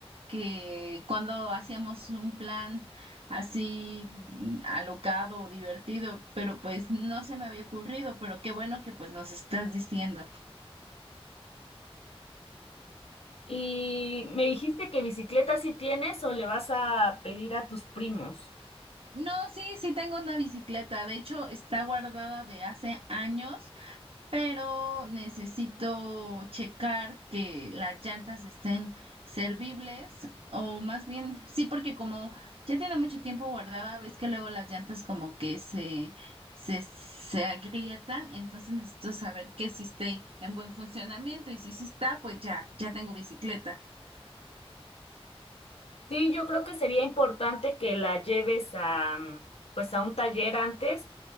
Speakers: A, on the right; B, on the left.
A: que cuando hacíamos un plan así mm, alocado o divertido, pero pues no se me había ocurrido, pero qué bueno que pues nos estás diciendo.
B: Y me dijiste que bicicleta sí tienes o le vas a pedir a tus primos.
A: No, sí, sí tengo una bicicleta, de hecho está guardada de hace años. pero necesito checar que las llantas estén servibles o más bien, sí, porque como ya tiene mucho tiempo guardada, ves que luego las llantas como que se, se, se agrietan, entonces necesito saber que sí esté en buen funcionamiento y si sí está, pues ya, ya tengo bicicleta.
B: Sí, yo creo que sería importante que la lleves a, mm, pues a un taller antes